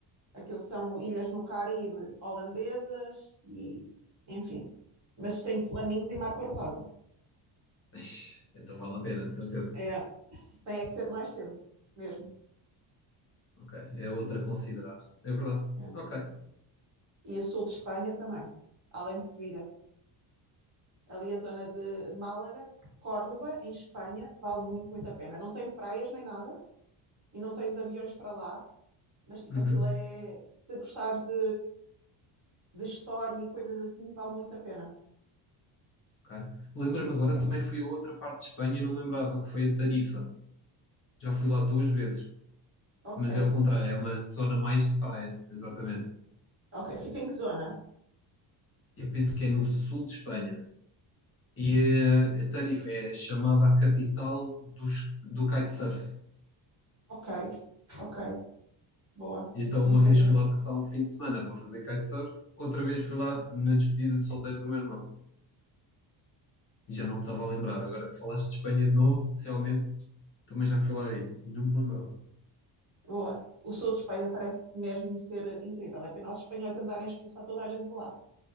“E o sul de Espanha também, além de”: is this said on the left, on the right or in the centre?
Right